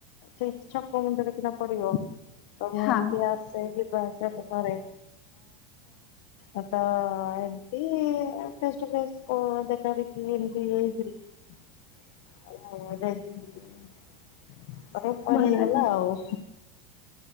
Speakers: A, on the left; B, on the left.
A: ଟା ଛକ ମୁଣ୍ଡରେ କିନା ପଡ଼ିବ। ତ ମୁଁ
B: ହଁ
A: ଏମିତି ଆସେ ଯିବା ଆସିବା ତ କରେ ଅ ତ ଏମତି ଫେସ ଟୁ ଫେସ ଦେଖା ଦେଖି ଏମତି ହେଇକିରି ହଁ ଯାଇଥିଲି ତମ ପାଇଁ ଦେଇ
B: ଭଲ ହେଲା
A: ପାଇ।